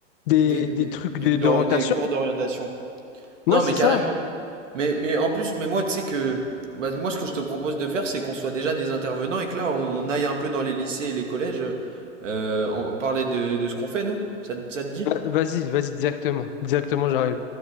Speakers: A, on the left (about 45°); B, on the right (about 80°).
A: des,
B: Des, des,
A: des trucs
B: des-
A: de-
B: de
A: d'orientation.
B: l'ori- des cours d'orientation.
A: Ouais,
B: Non,
A: c'est
B: mais carrément.
A: ça.
B: Mais, mais en plus, mais moi, tu sais que, bah, moi, ce que je te propose de faire, c'est qu'on soit déjà des intervenants et que là, on aille un peu dans les lycées et les collèges, euh, on parler de, de ce qu'on fait, nous. Ça, te- ça te dit?
A: Euh, Vas-y, vas-y, directement. Directement, j'arrive.